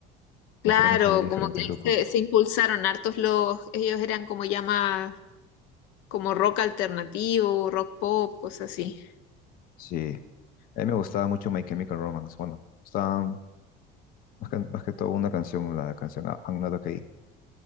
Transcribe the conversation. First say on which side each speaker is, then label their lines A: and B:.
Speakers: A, on the left; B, on the left.
A: comenzaron
B: Claro,
A: a salir diferentes
B: como que
A: grupos.
B: se, se impulsaron hartos los, ellos eran como ya más, como rock alternativo, rock pop, cosas así.
A: Sí, a mí me gustaba mucho My Chemical Romance, bueno, estaban Más que, más que todo una canción, la canción A- I'm Not Okay.